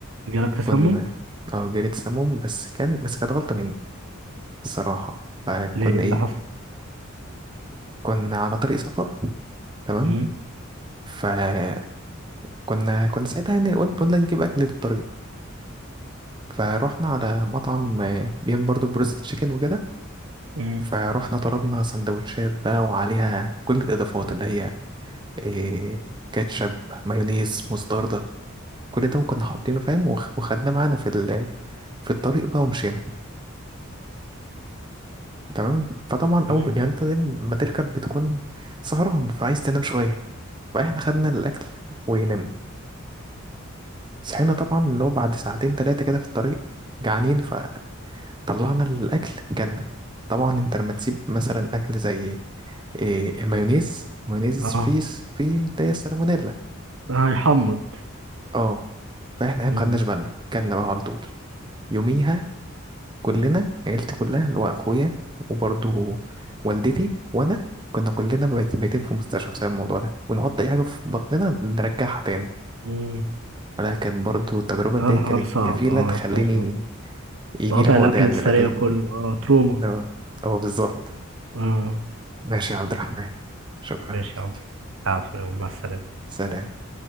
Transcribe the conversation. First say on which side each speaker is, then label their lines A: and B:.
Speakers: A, on the right; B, on the right.
A: جالك تسمم
B: كنا اه جالي سموم بس كان بس كانت غلطة مني الصراحة فكنا
A: ليه إيه اللي
B: ايه
A: حصل
B: كنا على طريق سفر تمام
A: امم
B: فكنا كنا ساعتها يعني قلنا نجيب اكل للطريق فروحنا على مطعم آه، بيعمل برضه بروست تشيكن وكده
A: امم
B: فروحنا طلبنا سندوتشات بقى وعليها كل الإضافات اللي هي إيه كاتشب مايونيز مستردة كل ده كنا حاطينه فاهم وخ- وخدناه معانا في ال في الطريق بقى ومشينا تمام فطبعا
A: امم
B: أول يعني أنت دايما ما تركب بتكون سهران فعايز تنام شوية فإحنا خدنا الأكل ونمنا صحينا طبعا اللي هو بعد ساعتين تلاتة كده في الطريق جعانين فطلعنا الأكل جالنا طبعا انت لما تسيب مثلا اكل زي إيه المايونيز المايونيز
A: اه
B: فيه فيه ده سالمونيلا
A: هيحمض
B: اه فاحنا إيه، ما
A: مم.
B: خدناش بالنا كلنا بقى على طول يوميها كلنا عيلتي كلها اللي هو اخويا وبرضه والدتي وانا كنا كلنا بايت- بايتين في مستشفى بسبب الموضوع ده ونحط اي حاجه في بطننا نرجعها تاني
A: مم.
B: ولا كانت برضه التجربه دي
A: اه الحوار
B: كانت
A: صعب
B: كفيله
A: اه
B: تخليني
A: الحوار صعب
B: يجي
A: تقاطع
B: لي عقده
A: الأكل
B: يعني
A: السريع
B: من الاكل ال-
A: كله اه تروما
B: اه اه بالظبط
A: اه
B: ماشي يا عبد الرحمن شكرا
A: ماشي
B: ليك
A: يا عم العفو يا عم. مع السلامة
B: سلام